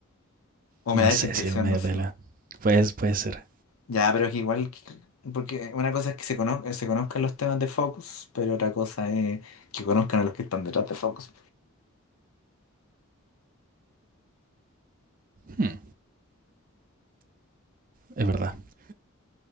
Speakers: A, on the left; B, on the right.
A: O
B: No
A: me da
B: sé
A: esa impresión,
B: si es medio
A: no sé.
B: pela.
A: po.
B: Pues, puede ser.
A: Ya, pero es que igual, que- porque una cosa es que se conozcan, se conozcan los temas de Focus, pero otra cosa es que conozcan a los que están detrás de Focus.
B: Hmm, es verdad.